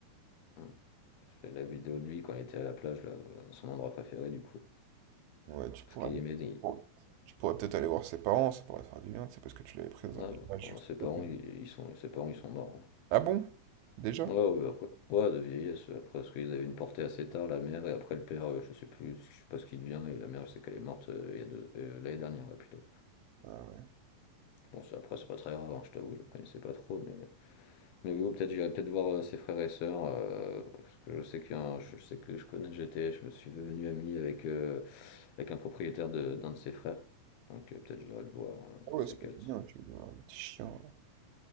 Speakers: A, on the left; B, on the right.
A: mm. Je fais la vidéo de lui quand il était à la plage, là, dans son endroit préféré, du coup.
B: Ouais, tu
A: Parce
B: pourrais
A: qu'il
B: aller.
A: aimait. des-
B: oh, Tu pourrais peut-être aller voir ses parents, ça pourrait faire du bien, c'est parce que tu l'avais pris dans
A: Ah,
B: un élevage
A: bah,
B: juste
A: ses
B: à
A: parents,
B: côté.
A: ils, ils sont, ses parents, ils sont morts. hein.
B: Ah bon? Déjà?
A: Ouais, ouais, bah, après, ouais, de vieillesse, euh, après, parce qu'ils avaient une portée assez tard, la mère, et après le père, euh, je sais plus, je sais pas ce qu'il devient, et la mère, je sais qu'elle est morte euh, il y a deux, euh, l'année dernière, ouais, plutôt.
B: Ah ouais.
A: Bon, ça, après, c'est pas très grave, hein, je t'avoue, je le connaissais pas trop, mais, mais oui, peut-être, j'irai peut-être voir euh, ses frères et sœurs, euh, parce que je sais qu'il y a un- je sais que je connais, j'étais, je me suis venu ami avec, euh, avec un propriétaire de, d'un de ses frères, donc euh, peut-être j'irai le voir, euh, un
B: Ah ouais,
A: de ces
B: c'est
A: quatre.
B: pas bien, tu veux voir le petit chien. là.